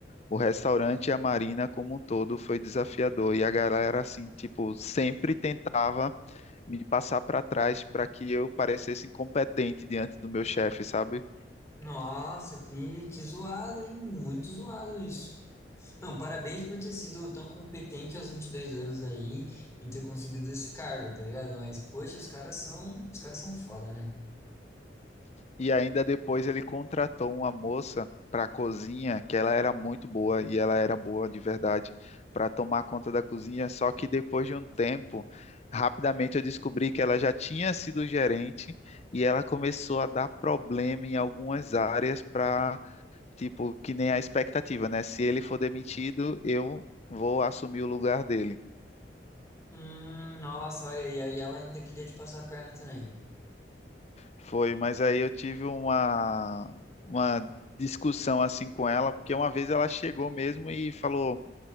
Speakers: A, on the left; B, on the left.
A: o restaurante e a marina como um todo. Foi desafiador. E a galera, assim, tipo, sempre tentava me passar para trás para que eu parecesse incompetente diante do meu chefe, sabe?
B: Nossa, que, que zoado, hein? Muito zoado isso. Não, parabéns por ter sido tão competente aos 22 anos aí e ter conseguido esse cargo, tá ligado? Mas, poxa, os caras são, os caras são foda, né?
A: E ainda depois ele contratou uma moça para a cozinha, que ela era muito boa e ela era boa de verdade para tomar conta da cozinha, só que depois de um tempo, rapidamente eu descobri que ela já tinha sido gerente e ela começou a dar problema em algumas áreas para, tipo, que nem a expectativa, né? Se ele for demitido, eu vou assumir o lugar dele.
B: Hum, nossa, olha, e aí ela ainda queria te passar a perna também.
A: Foi, mas aí eu tive uma, uma discussão assim com ela, porque uma vez ela chegou mesmo e falou: